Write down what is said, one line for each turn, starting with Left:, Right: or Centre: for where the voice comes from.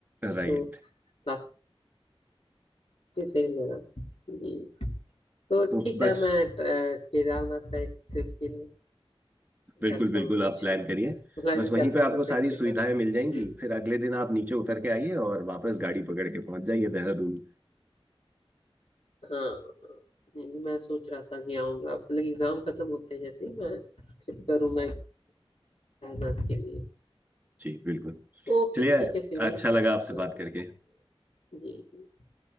Right: राइट
Left: तो काफी सही लगा जी तो ठीक
Right: तो बस
Left: है मैं अ, केदारनाथ का एक ट्रिप के लिए
Right: बिल्कुल
Left: करता
Right: बिल्कुल
Left: हूँ कुछ
Right: आप प्लान करिए
Left: प्लानिंग
Right: बस वहीं
Left: करता
Right: पे
Left: हूँ
Right: आपको
Left: अपने फ्रेंड
Right: सारी
Left: के
Right: सुविधाएं
Left: साथ
Right: मिल जाएंगी
Left: जी
Right: फिर अगले दिन आप नीचे उतर के आइए और वापस गाड़ी पकड़ के पहुंच जाइए देहरादून
Left: हाँ हाँ। नहीं नहीं मैं सोच रहा था कि आऊंगा मतलब एग्जाम खत्म होते हैं जैसे ही मैं ट्रिप करूंगा केदारनाथ के लिए
Right: जी बिल्कुल
Left: ओके
Right: चलिए
Left: ठीक है फिर भाई
Right: अच्छा लगा आपसे
Left: हाँ
Right: बात करके
Left: जी